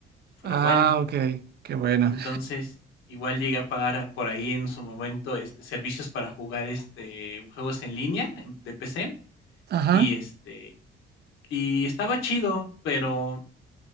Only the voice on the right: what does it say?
ah,
ok, qué buena.
Ajá,